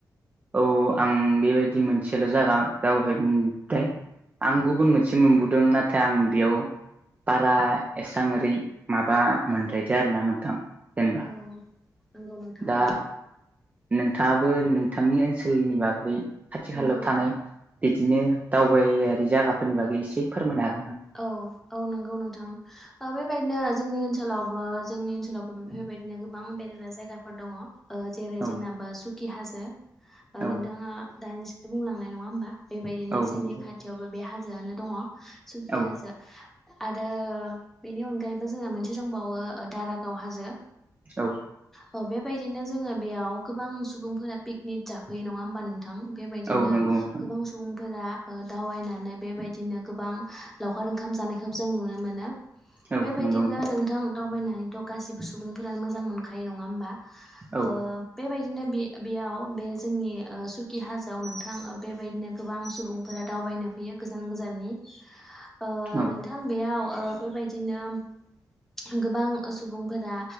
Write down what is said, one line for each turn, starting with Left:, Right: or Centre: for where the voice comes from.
Right: औ आं बेबायदि मोनसेल' जायागा दावगाहैबाय आं गुबुन मोनसे मोनसे मोनबोदों नाथाय आं बेयाव बारा एससां ओरै माबा मोनद्रायदो आरो ना नोंथां जेनेबा
Centre: औ नंगौ नोंथां
Right: दा
Centre: औ
Right: नोंथाङाबो नोंथांनि ओनसोलनि बागै खाथि
Centre: नंगौ
Right: खालायाव
Centre: नोंथां
Right: थानाय बिदिनो दावबायारि जायगाफोरनि बागै एसे फोरमायनो हा
Centre: औ औ नंगौ नोंथां ओ बेबायदिनो जोंनि ओनसोल लावबो जोंनि ओनसोलावबो बेफोरबायदिनो गोबां बेरायग्रा जायगाफोर दङ। जेरै
Right: औ
Centre: जोंनाबो सु खि हाजो
Right: औ
Centre: नोंथाङा दानिसो बुंलांनाय नङा होमबा। बेबायदिनो
Right: औ
Centre: जोंनि
Right: नंगौ
Centre: खाथियावबो बे हाजोआनो दङ। सुखि
Right: औ
Centre: हाजोङा आरो बेनि अनगायैबो जोंहा मोनसे दंबावो दारागाव हाजो
Right: औ
Centre: औ बेबायदिनो जोङो बेयाव गोबां सुबुंफोरा पिकनिक जा फैयो नङा होमबा नोंथां बेबायदिनो
Right: औ नंगौ नोंथां
Centre: गोबां सुबुं फोरा दावबायनानै बेबायदिनो गोबां लावखार ओंखाम जानायखौ जों नुनो मोनो।
Right: औ
Centre: बेबायदिनो
Right: नंगौ
Centre: नोंथां दावबायनानै थ' गासिबो सुबुंफ्रा मोजां मोनखायो नङा होनबा।
Right: औ
Centre: ओ बेबायदिनो बे-बेयाव जोंनि सुकि हाजाव नोंथां बेबायदिनो गोबां सुबुंफोरा दावबायनो फैयो गोजान गोजाननि ओ
Right: औ
Centre: नोंथां बेयाव बेबायदिनो गोबां सुबुंफोरा